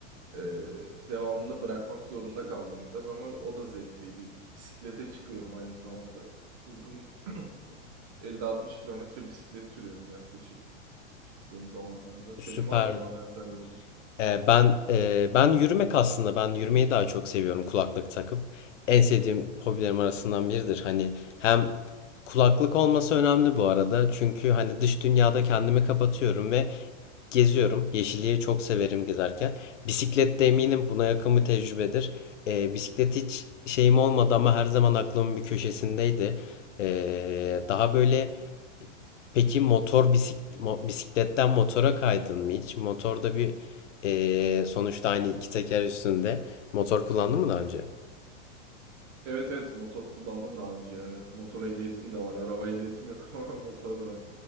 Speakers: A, on the right (about 15°); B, on the left (about 75°).
A: Ee, devamında bırakmak zorunda kaldım biraz ama o da zevkliydi. Bisiklete çıkıyorum aynı zamanda. Uzun <clears throat> 50-60 kilometre bisiklet sürüyorum yaklaşık çıktığım zamanlarda. Senin
B: Süper.
A: var mı ona benzer bir
B: Ee, ben e, ben yürümek aslında ben yürümeyi daha çok seviyorum kulaklık takıp. En sevdiğim hobilerim arasından biridir. Hani hem kulaklık olması önemli bu arada. Çünkü hani dış dünyada kendimi kapatıyorum ve geziyorum. Yeşilliği çok severim gezerken. Bisiklet de eminim buna yakın bir tecrübedir. Ee, bisiklet hiç şeyim olmadı ama her zaman aklımın bir köşesindeydi. Ee, daha böyle Peki motor bisik- mo- bisikletten motora kaydın mı hiç? Motorda bir eee, sonuçta aynı iki teker üstünde motor kullandın mı daha önce?
A: Evet evet motor kullandım daha önce. ya. Motor ehliyetim de var. Araba ehliyetim yok <laughs> ama motor var.